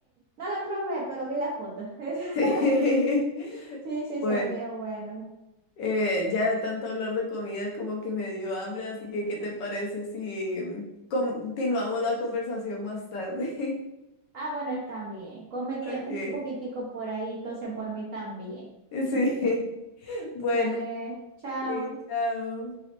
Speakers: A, on the right; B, on the left.
A: No la probé, pero vi la foto. <laughs>
B: Sí.
A: Sí, sí,
B: <laughs> Bueno.
A: se veía bueno.
B: Eh, ya de tanto hablar de comida como que me dio hambre, así que ¿qué te parece si mm, continuamos la conversación más tarde? <laughs>
A: Ah, bueno, está bien. Cómete
B: Ok,
A: un poquitico por ahí, entonces por mí también. <laughs>
B: sí, <laughs> bueno,
A: Dale, chao.
B: ok, chao.